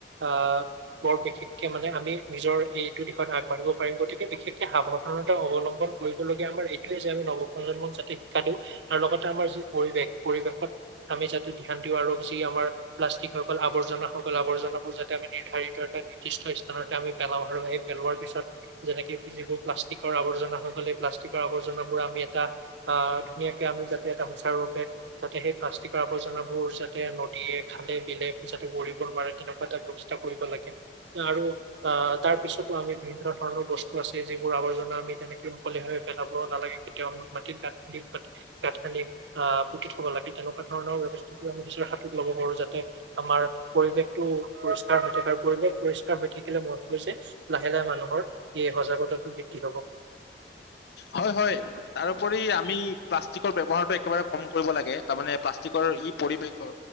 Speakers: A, on the right; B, on the left.
A: আঁহ বৰ- বিশেষকে মানে, আমি নিজৰ এইটো দিশত আগবঢ়িব পাৰিম। গতিকে- বিশেষকে সাৱধানতা অৱলম্বন কৰিবলগীয়া আমাৰ এইটোয়ে যে আমি নবপ্ৰজন্মক যাতে শিক্ষা দিওঁ। আৰু লগতে আমাৰ যি পৰিৱেশ, পৰিৱেশত আমি যাতে ধ্যান দিওঁ। আৰু যি আমাৰ প্লাষ্টিক সকল, আৱৰ্জনাসকল, আৱৰ্জনাবোৰ যাতে আমি নিৰ্ধাৰিত এটা নিৰ্দিষ্ট স্থানতে আমি পেলাওঁ। আৰু সেই পেলোৱাৰ পিছত-। যেনেকে যিবোৰ প্লাষ্টিকৰ আৱৰ্জনা হৈ গ'লে। সেই প্লাষ্টিকৰ আৱৰ্জনাবোৰ আমি এটা আঁহ ধুনীয়াকে আমি যাতে এটা সুচাৰুৰূপে যাতে, সেই প্লাষ্টিকৰ আৱৰ্জনাবোৰ যাতে, নদীয়ে, খালে, বিলে যাতে, একো যাতে কৰিব নোৱাৰে তেনেকুৱা এটা ব্যৱস্থা কৰিব লাগে। আৰু আঁহ তাৰ পিছতো আমি বিভিন্ন-। ধৰণৰ বস্তু আছে। যিবোৰ আৱৰ্জনা আমি তেনেকে মুকলিভাৱে পেলাব নালাগে। কেতিয়াও মাটি'ত গাত খান্দি, গাত খান্দি আঁহ পুতি থব লাগে। তেনেকুৱা ধৰণৰ ব্যৱস্থা আমি নিজৰ হাতত ল'ব পাৰো। যাতে আমাৰ পৰিৱেশটো পৰিষ্কাৰ হৈ থাকে, আৰু পৰিৱেশ পৰিষ্কাৰ হৈ থাকিলে মই ভাবো যে' লাহে, লাহে মানুহৰ-। সেয়ে সজাগতা টো বৃদ্ধি হব।
B: হয়, হয়। তাৰো ওপৰি আমি প্লাষ্টিকৰ ব্যৱহাৰ টো একেবাৰে ক'ম কৰিব লাগে। তাৰমানে প্লাষ্টিকৰ ই' পৰিৱেশ,